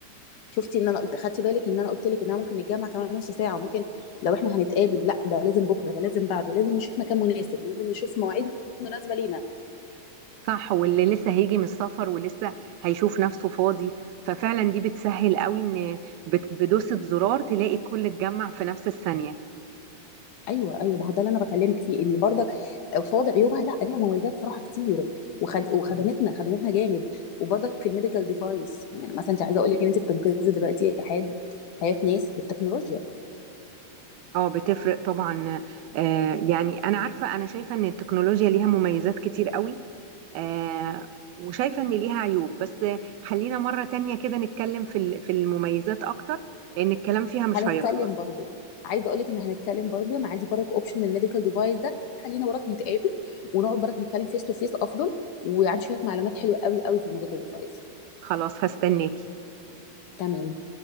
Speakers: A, on the left; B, on the right.
A: شفتي ان انا قلت خدتي بالك ان انا قلت لك ان انا ممكن نتجمع كمان نص ساعه وممكن لو احنا هنتقابل لا ده لازم بكره ده لازم بعده لازم نشوف مكان مناسب لازم نشوف مواعيد مناسبه لينا
B: صح واللي لسه هيجي من السفر ولسه هيشوف نفسه فاضي ففعلا دي بتسهل قوي ان بت- بدوسة زرار تلاقي الكل اتجمع في نفس الثانية
A: ايوه ايوه ما هو ده اللي انا بكلمك فيه ان برضك قصاد عيوبها لا ليها مميزات صراحه كتير وخد... وخدمتنا خدمتنا جامد وبرضك في الميديكال ديفايس يعني مثلا انت عايزه اقول لك ان انت بتنقذي دلوقتي حياه حياه ناس بالتكنولوجيا
B: اه بتفرق طبعا آه يعني انا عارفة انا شايفة ان التكنولوجيا ليها مميزات كتير قوي آه وشايفة ان ليها عيوب بس خلينا مرة تانية كده نتكلم في ال- في المميزات اكتر لان الكلام فيها مش
A: هنتكلم
B: هيخلص
A: برضو عايزه اقول لك ان هنتكلم برضو انا عندي برضك اوبشن الميديكال ديفايس ده خلينا وراك نتقابل ونقعد برضك نتكلم فيس تو فيس افضل وعندي شويه معلومات حلوه قوي قوي في الميديكال ديفايس
B: خلاص هستناكي
A: تمام